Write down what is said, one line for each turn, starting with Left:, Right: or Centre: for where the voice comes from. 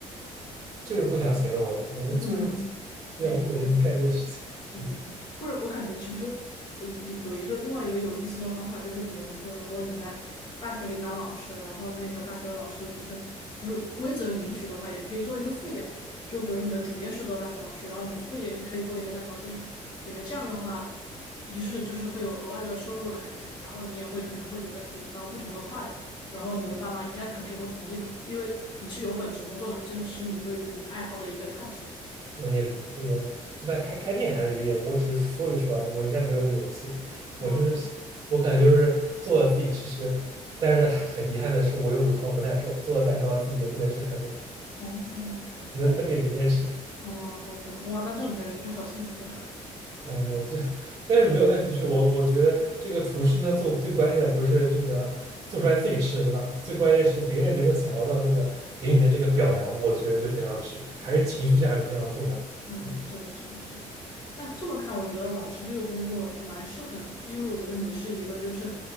Right: 就是不想写论文，
Left: 嗯，
Right: 人就是不想
Left: <laughs>
Right: 不想一本正经干这些事情，
Left: 明白。嗯，
Right: 嗯。
Left: 或者我感觉其实有有一个另外一个有意思的方法，就是比如说，如果你在大学里当老师，然后那个大学的老师就是就是规则允许的话，也可以做一个副业嘛。就比如你的主业是做大学老师，然后你副业也可以做一个蛋糕店呀。感觉这样的话，一是就是会有额外的收入来源，然后你也会可能会觉得体验到不同的快乐。然后你的爸妈应该可能也会同意吧，因为你是有本职工作的嘛，这个只是你对于你爱好的一个探索。
Right: 嗯，也也就在开开店还是有点，我只是说一说而已，我应该没有那勇气。我就是我可能就是做了自己吃吃，
Left: 啊。
Right: 但是很遗憾的是，我有乳糖不耐受，做了蛋糕自己也不能吃太多，
Left: 哦，
Right: 只能分给别人吃。
Left: 哎，嗯，我懂，哇，那做你的邻居好幸福呀。<laughs>
Right: <laughs> 呃，这但是没有，但的确我我觉得这个厨师呢，做最关键的不是这个做出来自己吃，对吧？最关键是别人能够享受到那个给你的这个表扬，我觉得就非常值，还是情绪价值非常重要。
Left: 嗯，
Right: 嗯，
Left: 是的，是的，是的。那这么看，我觉得老师这个工作蛮适合你的，因为我觉得你是一个就是